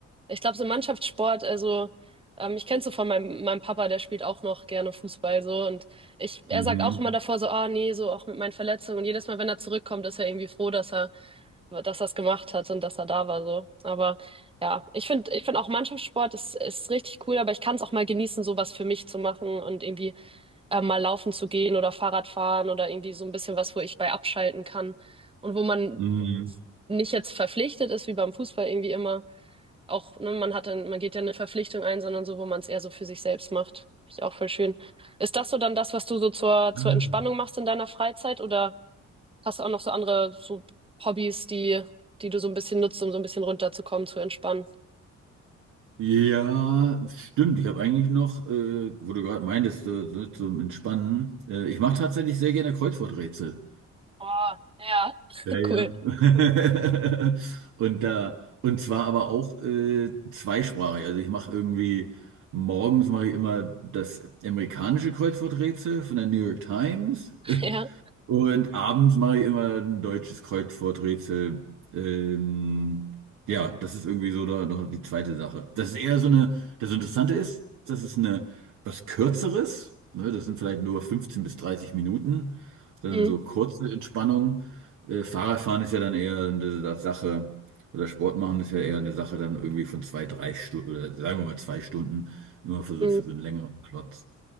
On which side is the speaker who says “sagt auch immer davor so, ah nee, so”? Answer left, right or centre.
Right